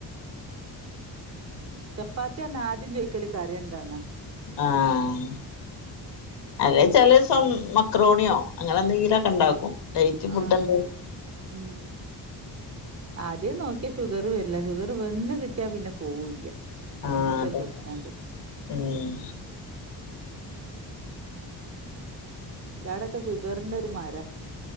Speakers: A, on the right (about 35°); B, on the left (about 75°).
A: ചപ്പാത്തി അർഞ്ഞ ആദ്യം ചോദിക്കല് കറിം എന്താന്ന
B: ആഹ് അതേ ചെലേസം മക്രോണിയോ അങ്ങനെ എന്തെങ്കിലൊക്കെ ഇണ്ടാക്കും നൈറ്റ് ഫുഡ്
A: ആഹ്
B: എന്ത്
A: ഉം ആദ്യം നോക്കിയാ ഷുഗറ് വരില്ല ഷുഗർ വന്ന് കിട്ടിയാ പിന്നെ പോവൂല്ല പിന്ന
B: ആഹ്
A: അങ്ങനത്തെ
B: അതെ
A: ഒരു പ്രശ്നണ്ട്
B: ഉം
A: ഞാനൊക്കെ ഷുഗറിന്റെ ഒരു മരാ